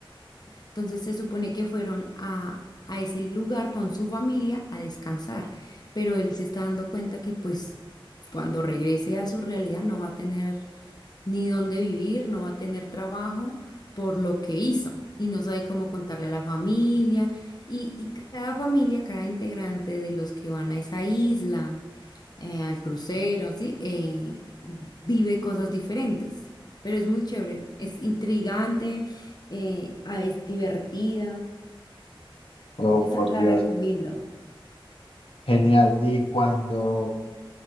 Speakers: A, on the left; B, on the left.
A: Entonces se supone que fueron a, a ese lugar con su familia a descansar, pero él se está dando cuenta que pues cuando regrese a su realidad no va a tener ni dónde vivir, no va a tener trabajo por lo que hizo y no sabe cómo contarle a la familia y, y cada familia, cada integrante de los que van a esa isla eh, al crucero, así, eh, vive cosas diferentes. Pero es muy chévere, es intrigante, eh, ah, es divertida.
B: Oh,
A: Esa
B: por
A: la
B: Dios.
A: recomiendo.
B: Genial. Y cuando,